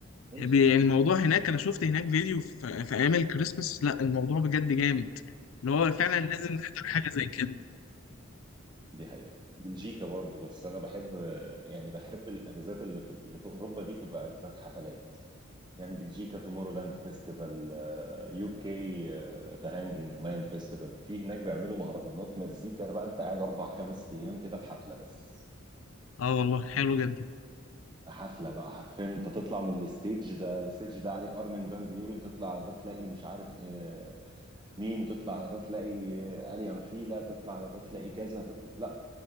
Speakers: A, on the right; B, on the left.
A: النمسا
B: بي-
A: اه
B: الموضوع هناك أنا شفت هناك فيديو في, في أيام الكريسماس لا الموضوع بجد جامد اللي هو فعلا لازم نحضر حاجة زي كده
A: دي حقيقة بلجيكا برضو بس أنا بحب يعني بحب الأجازات اللي في, اللي في أوروبا دي تبقى أجازات حفلات يعني بلجيكا تومورو لاند فيستيفال آه، يو كي ذا هانجينج مان فيستيفال في هناك بيعملوا مهرجانات مزيكا بقى انت قاعد اربع خمس ايام كده في حفله بس
B: اه والله حلو جدا
A: في حفله بقى حرفيا انت تطلع من الستيج ده الستيج ده عليه ارمن فان بيورن تطلع على ده تلاقي مش عارف آه، مين تطلع على ده تلاقي آه، اليان فيلا تطلع على ده تلاقي كذا تطلع. لا